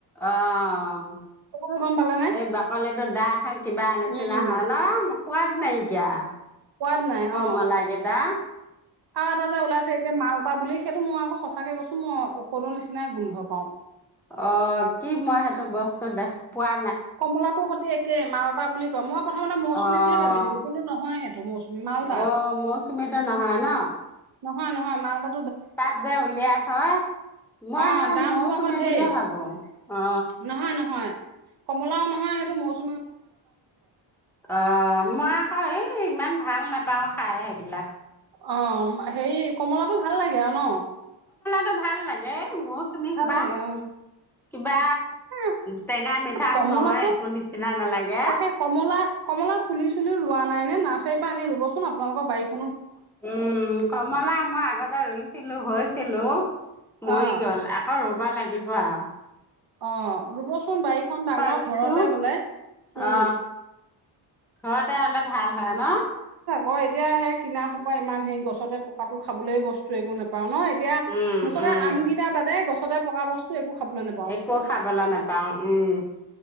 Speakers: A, in the centre; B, on the right (about 55°).
A: অঁ
B: কথাটো গম পালে নে
A: এই বাকলিটো ডাঠ হয় কিবা নিচিনা
B: উম
A: হয় ন। সোৱাদ নাই। কিয়া
B: সোৱাদ নাই
A: কমলা
B: অ
A: গেটা
B: আৰু এটা যে ওলাইছে এতিয়া মালতা বুলি। এটো মই আকৌ সঁচাকে কৈছোঁ মই ঔষধৰ নিচিনাই গোন্ধ পাওঁ।
A: অঁ কি মই সেইটো বস্তু দেখা। পোৱা
B: কমলা সতে একে মালতা বুলি কয় মই প্ৰথমতে মৌচুমী
A: অঁ
B: বুলি ভাবিছিলো কিন্তু নহয় সেইটো মৌচুমী মালতা
A: অ মৌচুমীটো নহয় ন।
B: নহয় নহয় মালতা।
A: তাত যে উলিয়াই থয় মই
B: অ
A: সেইবাৰ
B: দামটো
A: মৌচুমী
B: আকৌ ধেৰ
A: বুলিয়ে ভাবো। অ
B: নহয় নহয় কমলাও নহয় সেইটো মৌচ
A: অ মই আকৌ এই ইমান। ভাল নাপাওঁ খাই সেইবিলাক।
B: অ সেই কমলাটো ভাল লাগে আৰু ন।
A: টো ভাল লাগে। মৌ চুমি
B: ভাল
A: সোবা
B: লাগে অ
A: কিবা
B: এ
A: টেঙা-মিঠাও
B: কমলাটো
A: নহয় একো নিচিনা নালাগে।
B: তাকে কমলা কমলা পুলি চুলি ৰোৱা নাই নে নাচাৰি পৰা আনি ৰুব চোন আপোনোক বাৰীত।
A: উম কমলা মই আগতে ৰুইছিলোঁ হয়। হেল্লো' মই
B: অ
A: গ'ল আকৌ ৰোঁ কিবা লাগিব আঅ
B: অ ৰুবচোন বাৰীখন ডাঙৰ
A: ৰুইছো
B: ঘৰতে হ'লে। উম
A: অ ঘৰতে হ'লে ভাল। হয় ন
B: অঁ এতিয়া সেই কিনা সোপা ইমান সেই গছতে পকাটো খাবলৈ বস্তু একো নেপাওঁ নেপাওঁ ন, এতিয়া
A: উম
B: মুঠতে
A: উম
B: আমগেইটা বাদে গছ সদায় পকা বস্তু একো খাবলৈ নোপাওঁ
A: একো খাবলৈ নাপাওঁ উম